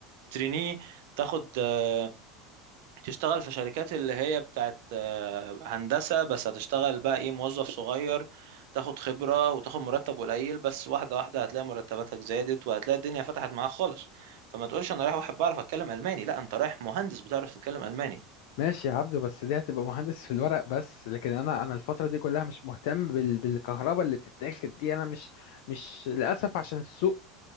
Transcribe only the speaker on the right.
تترينيه تاخد آه، تشتغل في شركات اللي هي بتاعت آه، هندسة بس هتشتغل بقى ايه موظف صغير تاخد خبرة وتاخد مرتب قليل بس واحدة واحدة هتلاقي مرتباتك زادت وهتلاقي الدنيا فتحت معاك خالص فما تقولش انا رايح واحد بعرف اتكلم ألماني لا انت رايح مهندس بتعرف تتكلم ألماني